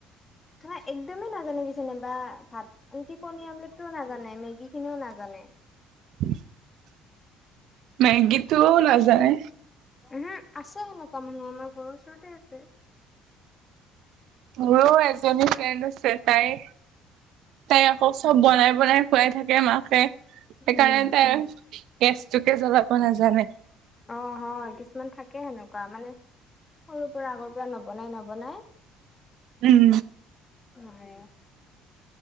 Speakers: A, on the left; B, on the right.
A: নহ একদমেই নাজানে কি যেনবা ভাত আনকি কণীৰ আমলেটটোও নাজানে মেগী খিনিও নাজানে।
B: <unintelligible> মেগীটো ও নাজায়
A: হম আছ সেনেকুৱা মানুহ আমাৰ ঘৰৰ ওচৰতে আছে।
B: মোৰো এজনী ফ্ৰেণ্ড আছে তাই তাই আকৌ চব বনাই বনাই খোৱাই থাকে মাকে সেইকাৰণে
A: উম
B: তাই গেছটোকে জ্বলাব নাজানে।
A: অ হয় কিছুমান থাকে সেনেকুৱা মানে সৰুৰ পৰা আগৰ পৰা নবনাই নবনাই
B: উম
A: হৈয়ে